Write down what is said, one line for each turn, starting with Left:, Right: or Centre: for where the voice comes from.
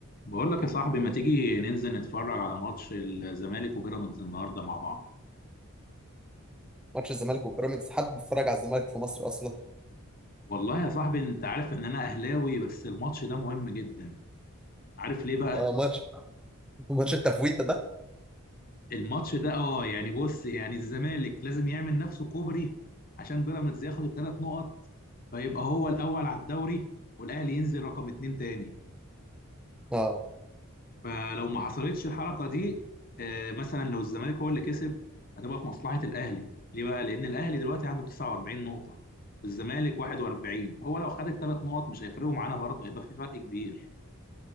Left: بقول لك يا صاحبي ما تيجي ننزل نتفرج على ماتش الزمالك وبيراميدز النهارده مع بعض
Centre: ماتش الزمالك وبيراميدز حد بيتفرج على الزمالك في مصر اصلا
Left: والله يا صاحبي انت عارف ان انا اهلاوي بس الماتش ده مهم جدا عارف ليه بقى
Centre: اه ماتش ماتش التفويته ده
Left: الماتش ده اه يعني بص يعني الزمالك لازم يعمل نفسه كوبري عشان بيراميدز ياخد الثلاث نقط فيبقى هو الاول على الدوري والاهلي ينزل رقم اتنين تاني
Centre: اه
Left: فلو ما حصلتش الحركه دي آه، مثلا لو الزمالك هو اللي كسب هتبقى في مصلحه الاهلي ليه بقى لان الاهلي دلوقتي عنده 49 نقطه والزمالك 41 هو لو خد الثلاث نقط مش هيفرقوا معانا برضه هيبقى في فرق كبير